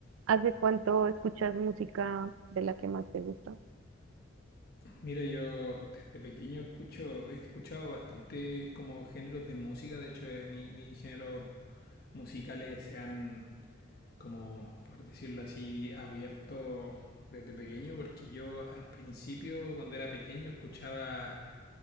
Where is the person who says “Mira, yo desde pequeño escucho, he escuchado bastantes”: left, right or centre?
Left